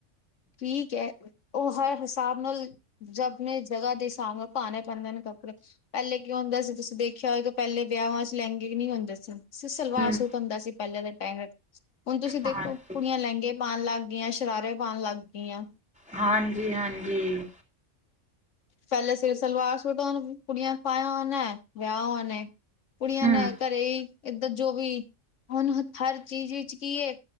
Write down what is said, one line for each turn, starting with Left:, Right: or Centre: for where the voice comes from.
Left: ਠੀਕ ਐ, ਉਹ ਹਰ ਹਿਸਾਬ ਮਲ ਜ ਆਪਣੇ ਜਗ੍ਹਾ ਦੇ ਹਿਸਾਬ ਨਾਲ ਪਾਣੇ ਪੈਂਦੇ ਨੇ ਕੱਪੜੇ। ਪਹਿਲੇ ਕੀ ਹੁੰਦਾ ਸੀ ਤੁਸੀਂ ਦੇਖਿਆ ਹੋਏਗਾ, ਪਹਿਲੇ ਵਿਆਹਾਂ ਚ ਲੈਂਗੈ ਵੀ ਨਹੀਂ ਹੁੰਦੇ ਸੀ। ਛ ਛ ਸਲਵਾਰ
Centre: ਹੂੰ,
Left: ਸੂਟ ਹੁੰਦਾ ਸੀ ਪਹਿਲਾਂ ਦੇ ਟੈਮ ਵਿੱਚ, ਹੁਣ ਤੁਸੀਂ ਦੇਖੋ
Centre: ਹਾਂਜੀ,
Left: ਗੇ ਪਾਣ ਲੱਗ ਗੀਆਂ, ਸ਼ਰਾਰੇ ਪਾਣ ਲੱਗ ਗੀਆਂ।
Centre: ਹਾਂਜੀ, ਹਾਂਜੀ
Left: ਪਿਅਲੇ ਸਿਰਫ ਸਲਵਾਰ -ਸੂਟਾ ਨੂ ਕੁੜੀਆ ਪਾਇਆ ਹੁਨਾ ਏ, ਵਿਆਹ ਹੁਨਾ ਐ। ਕੁੜੀਆਂ
Centre: ਹੂੰ,
Left: ਨੇ ਘਰੇ ਈ ਇੱਧਰ ਜੋ ਵੀ ਹੁਣ ਹੱਥਾ ਚ ਚੀਚੀ ਚ ਕੀ ਏ?